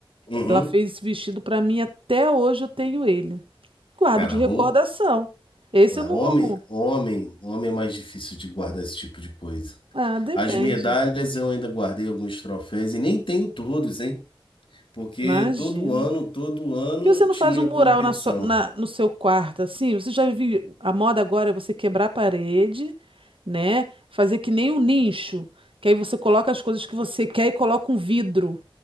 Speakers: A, on the left; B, on the right.
A: Uhum.
B: Ela fez esse vestido para mim, até hoje eu tenho ele. Guardo
A: Cara,
B: de recordação.
A: ro...
B: Esse
A: ah,
B: eu não.
A: homem, homem, homem é mais difícil de guardar esse tipo de coisa.
B: Ah, depende.
A: As medalhas eu ainda guardei alguns troféus e nem tenho todos, hein? Porque
B: Imagino.
A: todo ano, todo ano
B: Por que você não
A: tinha
B: faz um mural
A: competição.
B: na sua- na- no seu quarto, assim? Você já viu, a moda agora é você quebrar a parede, né? Fazer que nem um nicho, que aí você coloca as coisas que você quer e coloca um vidro,